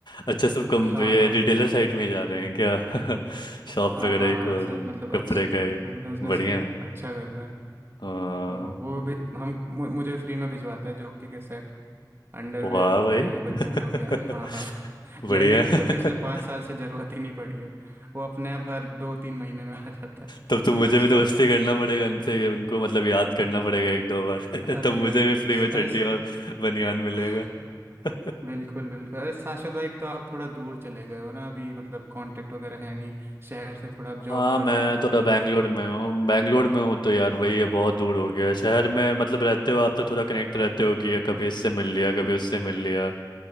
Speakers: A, on the left; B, on the right.
A: अच्छा सब कम
B: हाँ
A: ये
B: हाँ
A: रिटेलर साइड में जा रहे हैं क्या <laughs> शॉप
B: हाँ
A: वगैरह
B: हाँ
A: ही
B: हाँ
A: खोल
B: सब
A: रहे हूँ
B: मतलब
A: कपड़े
B: अच्छा
A: का ही
B: बिजनेस
A: बढ़िया
B: अच्छा कर रहे हैं
A: हाँ,
B: तो वो भी हम मु- मुझे फ्री में भिजवाता है जॉकी के सेट अंडरवेयर
A: वाह
B: हो
A: भाई
B: गया ये बनियान
A: <laughs>
B: हो गया हाँ हाँ <laughs>
A: बढ़िया
B: लेने की तो पिछले
A: <laughs>
B: पाँच साल से ज़रूरत ही नहीं पड़ी है वो अपने आप हर दो तीन महीने में आ जाता है
A: तब तो
B: नया
A: मुझे
B: स्टॉक
A: भी दोस्ती करना पड़ेगा उनसे उनको मतलब याद करना पड़ेगा एक दो बार
B: अरे
A: <laughs> तब मुझे
B: अरे
A: भी फ्री
B: स-
A: में चड्डी
B: अरे
A: और बनियान मिलेगा
B: स-
A: <laughs>
B: बिल्कुल बिल्कुल अरे शाश्वत भाई एक तो आप थोड़ा दूर चले गए हो ना अभी मतलब कांटेक्ट वगैरह है नहीं शहर से थोड़ा आप जॉब
A: हाँ
B: वगैरह
A: मैं
B: आपकी दूर
A: तो थोड़ा
B: लग
A: बैंगलोर
B: गई है
A: में हूँ बैंगलोर में हूँ तो यार वही है बहुत दूर हो गया है। शहर में मतलब रहते हो आप तो थोड़ा कनेक्ट रहते हो कि कभी इससे मिल लिया कभी उससे मिल लिया